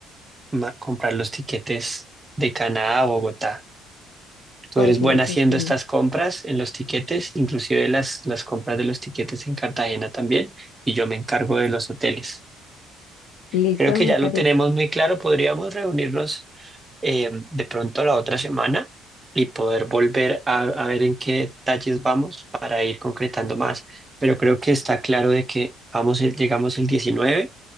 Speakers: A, on the right; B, on the left.
A: ma- comprar los tiquetes de Canadá a Bogotá. Tú
B: oh
A: eres
B: sí
A: buena
B: es
A: haciendo
B: así.
A: estas compras en los tiquetes, inclusive las, las compras de los tiquetes en Cartagena también, y yo me encargo de los hoteles.
B: Listo,
A: Creo que
B: me
A: ya
B: parece.
A: lo tenemos muy claro. Podríamos reunirnos eh, de pronto la otra semana y poder volver a, a ver en qué detalles vamos para ir concretando más. Pero creo que está claro de que vamos, el- llegamos el 19,